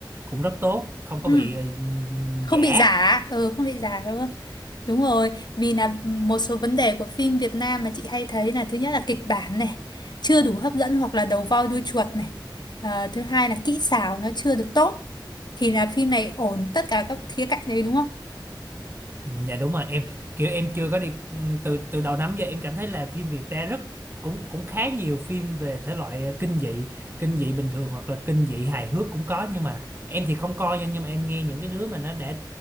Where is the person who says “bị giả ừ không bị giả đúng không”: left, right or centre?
Left